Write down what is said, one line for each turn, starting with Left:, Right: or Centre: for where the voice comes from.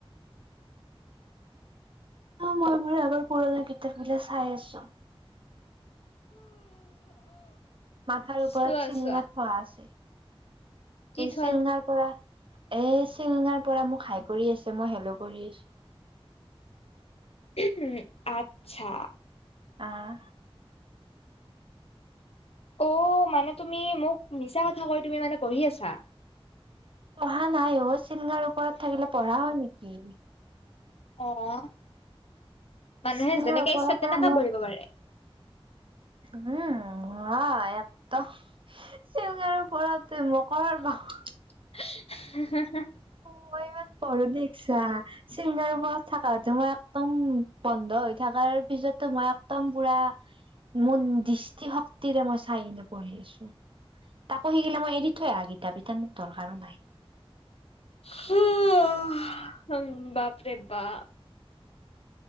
Right: অ মই মোৰ আগৰ পুৰণা কিতাপ বিলাক চাই আছোঁ। মাথাৰ ওপৰত
Left: চোৱা
Right: চিঙঙাত
Left: চোৱা
Right: থোৱা আছে।
Left: কি থোৱা
Right: চিলঙাৰ পৰা এ চিলঙাৰ পৰা মোক হাই কৰি আছে মই হেলৌ কৰি আছো।
Left: ওম আচ্ছা।
Right: আহ।
Left: অঁ' মানে তুমি মোক মিছা কথা কয় তুমি মানে পঢ়ি আছা।
Right: পঢ়া নাই অঁ চিলঙাৰ ওপৰত থাকিলে পঢ়া হঁয় নেকি।
Left: অঁ মানুহে
Right: চিলঙাৰ
Left: যেনেকে
Right: ওপৰৰ
Left: ইচ্ছা তেনেককাা
Right: পৰা
Left: বঢ়িব পাৰে।
Right: উমঁ হয় এট চিউল কাৰৰ ওপৰতে মকৰৰ বাহ।
Left: <unintelligible>
Right: অঁ মই ইমান পঢ়ো দেখছা। চিংগাৰ ওপৰত থাকা তোমা একদম বন্ধ হৈ থকাৰ পিছতো মই একদম পুৰা। মোৰ দৃষ্টি শক্তিৰে মই চাই কিনে পঢ়িছো। তাকো শিকিলে মই এৰি থৈ আহা কিতাপ এতিয়ানো দৰকাৰো নাই।
Left: হোম উমঁ বাপৰে বাপ।